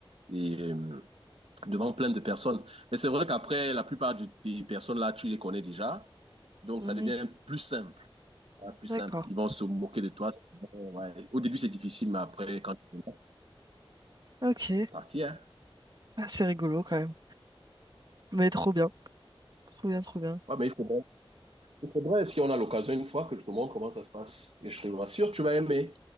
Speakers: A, on the right; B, on the right.
A: et euh, devant plein de personnes. Mais c'est vrai qu'après, la plupart du- des personnes là, tu les connais déjà, donc
B: Mhm.
A: ça devient plus simple, hein, plus
B: D'accord.
A: simple. Ils vont se moquer de toi. Bon, ouais. Au début, c'est difficile, mais après, quand tu viens,
B: Ok.
A: c'est parti, hein.
B: Ah, c'est rigolo quand même. Mais trop bien. Trop bien, trop bien.
A: Ouais, mais il faudrait, il faudrait, si on a l'occasion une fois, que je te montre comment ça se passe, et je te rassure, tu vas aimer.